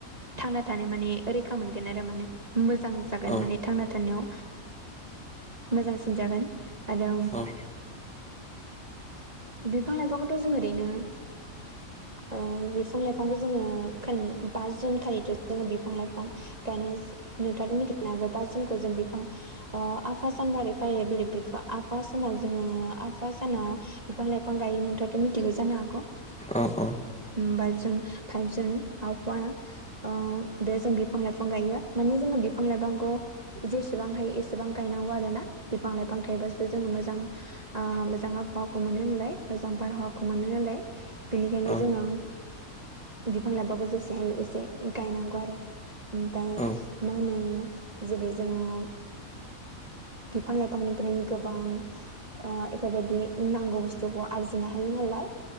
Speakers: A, on the right; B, in the centre.
A: थांना थानो माने रैखा मोनगोन आरो माने मोजां जागोन
B: औ
A: माने थांना थानायाव मोजांसिन जागोन आरो
B: औ
A: बिफां लाइफांखौथ' जों ओरैनो ओ बिफां लाइफांखौ जोङो खोन बा जुन खालिथ' जों बिफां लाइफां गायनो नोंथाङाथ' मिथिगौना ओमफाय बा जुनखौ जों बिफां अ आफा सान महरै फालियो बेरै बिफा आफा समाव जोङो आफा सानाव बिफां लाइ फां गायो नोंथांआथ' मिथिगौ जानो हागौ
B: अ अ
A: होमबा जों फाइभ जुन आबहावा ओ बे जों बिफां लाइफां गायो माने जोङो बिफां लाइफांखौ जेसेबां हायो एसेबां गायनांगौ आरोना बिफां लाइफां थायोबासो जोङो मोजां आ मोजां आबहावाखौ मोनो नालाय मोजां बारहावा खौ मोनो नालाय बिनिखायनो
B: औ औ
A: जोङो बिफां लाइफाखौ जेसे हायो एसे गायनांगौ आरो ओमफाय
B: औ
A: मा होनो जेरै जोङो बिफां लाइफांनिफ्रायनो गोबां ओ एफोरबायदि नांगौ बुस्थुखौ आरजिनो हायो नालाय